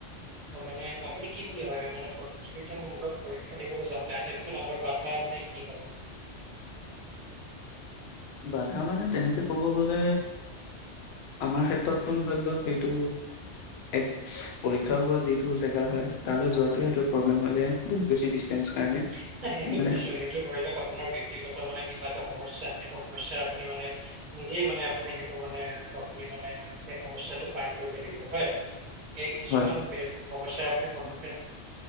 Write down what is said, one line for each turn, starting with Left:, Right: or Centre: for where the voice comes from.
Right: তাৰ মানে আপুনি কি বুলি ভাবে মানে? প্ৰতিযোগিতামূলক পৰীক্ষা দিবলৈ যাওঁতে আটাইতকৈ ডাঙৰ বাধা মানে কি হয়
Left: বাধা মানে তেনেকে ক'ব গলে আমাৰ ক্ষেত্ৰততো ধৰি লওক সেইটো এক পৰীক্ষা হোৱা যিটো জেগা হয় তালৈ যোৱাটো সেইটো প্ৰব্লেম হৈ যায় বহুত বেছি ডিচটেন্স কাৰণে
Right: উম সেইটো
Left: মানে
Right: বুজিছো সেইটো ধৰি লওক আপোনাৰ ব্যক্তিগত মানে কিবা এটা সমস্যা সেইটো সমস্যা আপুনি মানে নিজেই মানে আপুনি সেইটো মানে <inaudible> সেই সমস্যাটো পাৰ কৰিব লাগিব। হয়। সেই কিছুমান
Left: হয়,
Right: বে সমস্যাৰ আপুনি সন্মুখীন